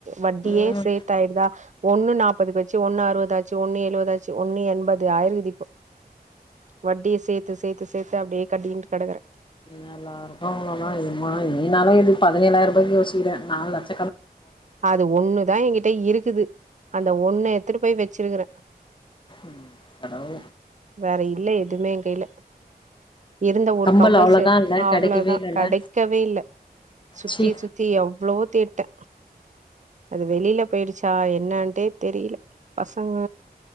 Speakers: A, on the right (about 50°); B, on the left (about 30°).
A: வட்டியே
B: ம்
A: சேத்தாயிருதா ஒண்ணு நாப்பதுக்கு வச்சு ஒண்ணு அறுவதாச்சு ஒண்ணு எழுவதாச்சு ஒண்ணு எம்பது ஆயிருக்குது இப்போ வட்டியே சேத்து சேத்து சேத்து அப்டியே கட்டின்ட்டு கெடக்குறே
B: நல்லாருக்கு அவ்ளோலா இது <unintelligible> நீனாலு இது பதினேழாயிரூபாயிக்கே யோசிக்கிற நா லட்ச
A: அது ஒண்ணுதா எங்கிட்ட இருக்குது அந்த ஒண்ண எடுத்துட்டு போய் வச்சிருக்குறே
B: ம் ஹலோ
A: வேற இல்ல எதுவுமே எங் கையில இருந்த ஒரு
B: கம்பல்
A: கம்பல்செட்
B: அவ்ளோதா இல்ல
A: அவ்ளோதா
B: கெடைக்கவே இல்லல்ல
A: கடைக்கவே இல்ல சுத்தி
B: ச்சீ
A: சுத் தி எவ்ளோவோ தேடிட்டே அது வெளியில போயிடுச்சா என்னட்டே தெரியல பசங்க